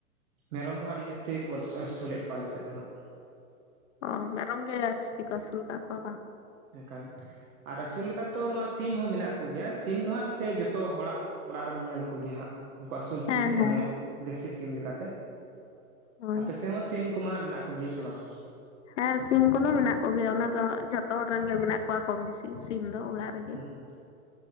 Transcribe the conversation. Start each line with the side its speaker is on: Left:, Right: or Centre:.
Right: ᱢᱮᱨᱚᱢ ᱫᱚ ᱦᱟᱜ ᱟᱹᱰᱤ ᱡᱟᱹᱥᱛᱤ ᱠᱚ ᱟᱹᱥᱩᱞᱮᱫ ᱠᱚᱣᱟ ᱟᱞᱮ ᱥᱮᱫ ᱫᱚ ᱦᱟᱸᱜ
Left: ᱚ ᱢᱮᱨᱚᱢ ᱜᱮ ᱡᱟᱥᱛᱤ ᱠᱚ ᱥᱩᱞᱠᱟ ᱵᱟᱝ
Right: ᱮᱠᱟᱞ ᱟᱨ ᱟᱹᱥᱩᱞ ᱞᱮᱠᱟᱛᱚ ᱱᱚᱣᱟ ᱥᱤᱢ ᱦᱚᱸ ᱢᱮᱱᱟᱜ ᱠᱚᱜᱮᱭᱟ ᱥᱤᱢ ᱫᱚ ᱦᱟᱜ ᱮᱱᱛᱮ ᱡᱚᱛᱚ ᱦᱚᱲᱟᱜ ᱚᱲᱟᱜ <unintelligible> ᱧᱮᱞ ᱠᱚᱜᱮ ᱦᱟᱸᱜ ᱱᱩᱠᱩ ᱟᱹᱥᱩᱞ
Left: ᱦᱮᱸ
Right: ᱥᱤᱢ ᱢᱟᱱᱮ
Left: ᱦᱮᱸ
Right: ᱫᱮᱥᱤ ᱥᱤᱢ ᱞᱮᱠᱟᱛᱮ
Left: ᱦᱳᱭ
Right: ᱟᱯᱮ ᱥᱮᱮᱫ ᱦᱚᱸ ᱥᱤᱢ ᱩᱱᱠᱩᱢᱟ ᱦᱟᱸᱜ ᱢᱮᱱᱟᱜ ᱠᱚᱜᱮᱭᱟ ᱥᱮ ᱵᱟᱝ
Left: ᱦᱮᱸ ᱥᱤᱢ ᱠᱚᱫᱚ ᱢᱮᱱᱟᱜ ᱠᱚᱜᱮᱭᱟ ᱚᱱᱟ ᱫᱚ ᱡᱷᱚᱛᱚ ᱦᱚᱲ ᱨᱮᱱ ᱜᱮ ᱢᱮᱱᱟᱜ ᱠᱚᱣᱟ ᱠᱚᱢ ᱵᱮᱥᱤ ᱥᱤᱢ ᱫᱚ ᱚᱲᱟᱜ ᱨᱮᱜᱮ
Right: ᱦᱮᱸ ᱦᱩᱸ